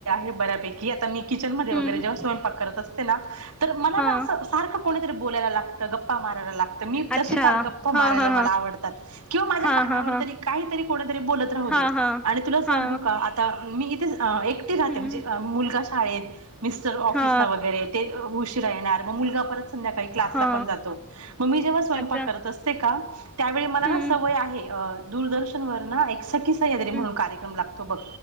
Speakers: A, on the right (about 85°); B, in the centre.
A: य बऱ्यापै आता मी किचन म वरे
B: हम्म
A: जेव्हा स्वयंक करत असते ना तर मला
B: हा
A: सारखं कोणीतरी बोलायला लागतं गप्पा मारायला लागतं मी
B: अच्छा
A: तसे फार गप्पा
B: हा
A: मारायला
B: हा
A: मला आवडतात किंवा माझ्या
B: हा
A: कानावर
B: हा हा
A: तरी
B: हा
A: काहीतरी कोणीतरी बोलत राह
B: हा
A: दे
B: हा
A: आणि तुला सांगू
B: हा
A: का मी इथे एकटे राहते
B: हम्म
A: म्हणजे मुलगा शाळेत मिस्टर ऑफिसला
B: हा
A: वगैरे ते उशीरा येणार मग मुलगा परत संध्याकाळी क्लास
B: हा
A: पण जातो मग मी जेव्हा स्वयंक
B: अच्छा
A: करत असते का त्यावेळी मला
B: हम्म
A: ना सवय आहे दूरदर्शन व ना एक सखी सह्याद्री म्हणून
B: हम्म
A: कार्यक्रम लागतो बघ